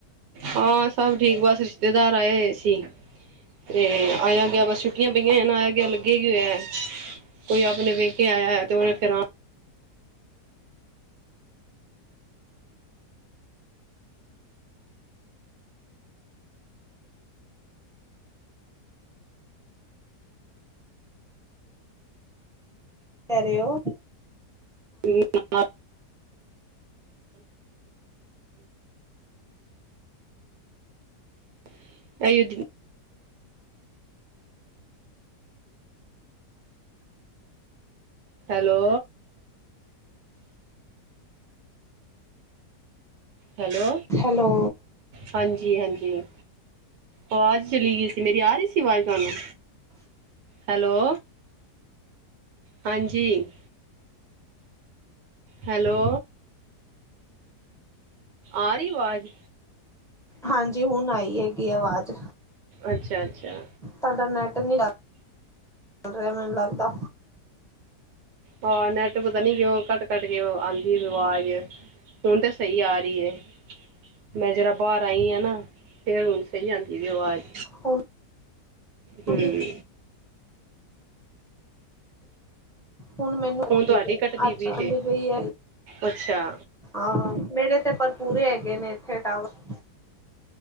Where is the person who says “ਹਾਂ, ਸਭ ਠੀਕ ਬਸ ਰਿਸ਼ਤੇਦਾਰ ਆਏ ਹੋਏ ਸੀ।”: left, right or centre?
Right